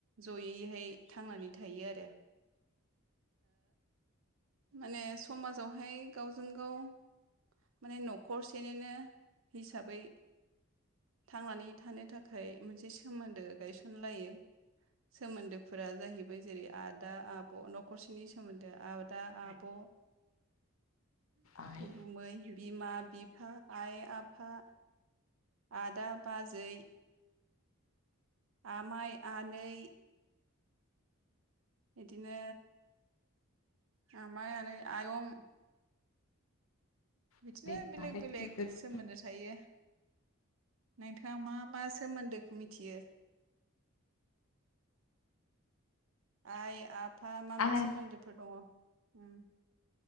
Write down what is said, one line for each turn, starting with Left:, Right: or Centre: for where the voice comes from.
Right: जयैहाय थांनानै थायो आरो माने समाजावहाय गावजों गाव, माने न'खरसेनिनो हिसाबै, थांनानै थानो थाखाय मोनसे सोमोन्दो गायसनलायो। सोमोन्दोफोरा जाहैबाय जेरै आदा आब' न'खरसेनि सोमोन्दोआ दा आब'
Left: आइ
Right: गुबुमै बिमा बिफा आइ आफा, आदा बाजै, आमाइ आनै, बिदिनो आमाइ आनै आयं बिदिनो
Left: आदै
Right: बेलेग
Left: मादै
Right: बेलेग
Left: बेफोरखौ
Right: सोमोन्दो थायो। नोंथाङा मा मा सोमोन्दोखौ मिथियो? आइ आफा मा मा
Left: आइ
Right: सोमोन्दोफोर दङ उम,